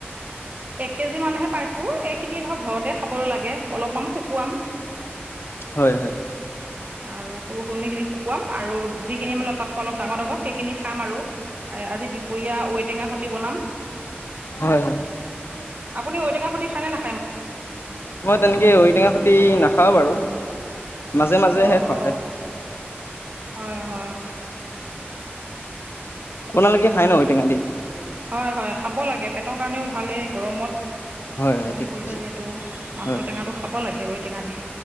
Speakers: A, on the right; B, on the left.
A: এক কেজি মানহে পাইছো। এইখিনি ধৰা ঘৰতে খাবলৈ লাগে, অলপমান শুকুৱাম।
B: হয়, হয়।
A: আৰু সৰু সুৰণিখিনি শুকুৱাম আৰু যিখিনি মানে তাতকৈ অলপ ডাঙৰ ডাঙৰ সেইখিনি খাম আৰু। আজি দুপৰীয়া ঐ টেঙা সতি বনাম।
B: হয়, হয়,
A: আপুনি ঔটেঙা সতি খাইনে না
B: মই তেনেকে ঐটেঙা সতি নাখাওঁ বাৰু। মাজে মাজেহে
A: অ-অ,
B: খোৱা হয়,
A: হয়-হয়।
B: আপোনালোকে
A: হয়,
B: খাই ন ঔটেঙা
A: হয়।
B: দি?
A: হয়, হয়। খাব লাগে। পেটৰ কাৰণেও ভালে এই গৰমত।
B: হয়, হয়,
A: গৰম
B: ঠিক
A: পৰিছে
B: কৈছে।
A: যিহেতু মাছৰ
B: হয়,
A: টেঙাটো খাব লাগে ঐ টেঙা দি।